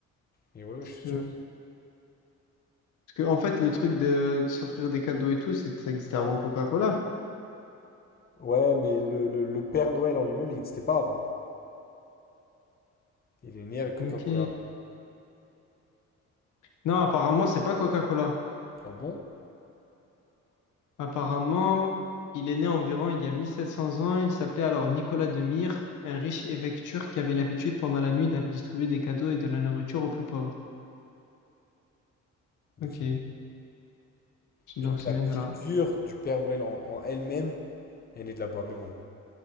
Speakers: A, on the left; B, on the left.
A: Et ouais, ouais, je suis
B: que,
A: sûr.
B: parce que, en fait le truc de s'offrir des cadeaux et tout, c'est- ça existait avant Coca-Cola.
A: Ouais, mais le, le- le Père Noël en lui-même, il n'existait pas avant. Il est né avec Coca-Cola.
B: Ok. Non, apparemment c'est pas Coca-Cola.
A: Ah bon?
B: Apparemment, il est né environ il y a 1700 ans. Il s'appelait alors Nicolas de Myre, un riche évêque turc qui avait l'habitude pendant la nuit d'aller distribuer des cadeaux et de la nourriture aux plus pauvres. Ok.
A: Ok.
B: Donc
A: Je crois que
B: ça
A: la
B: vient
A: figure
B: de là.
A: du Père Noël en, en elle-même, elle est née de là-bas. Mais bon,